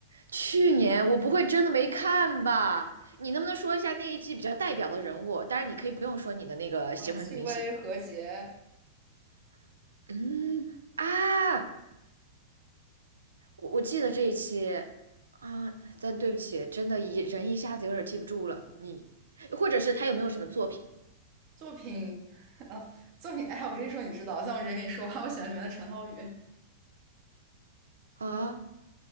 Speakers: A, on the right (about 75°); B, on the right (about 40°).
A: 去年我不会真的没看吧？你能不能说一下那一季比较代表的人物？当然，你可以不用说你的那个喜欢的明星。
B: 呃，戚薇、何洁
A: 嗯啊，我我记得这一期啊，但对不起，真的一人一下子有点记不住了。你或者是他有没有什么作品
B: 作品，<laughs> 呃，作品，哎呀，我这一说你知道，但我直接跟你说吧，<laughs> 我喜欢里面的陈浩宇，
A: 啊？